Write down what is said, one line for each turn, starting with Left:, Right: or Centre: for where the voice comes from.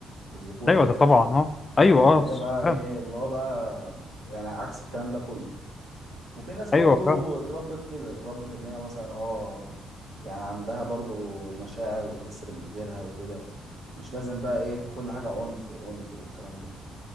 Right: الذكورة
Left: ايوه
Right: قصدي
Left: ده طبعا اه ايوه
Right: اللي
Left: اه
Right: هي بقى ايه
Left: فعلا.
Right: اللي هو بقى يعني عكس الكلام ده كله وفي ناس برضو
Left: ايوه فعلا.
Right: اتربت كده اتربت ان هي مثلا اه يعني عندها برضو مشاعر وتحس بغيرها وكده مش لازم بقى ايه كل حاجة عنف وعنف والكلام ده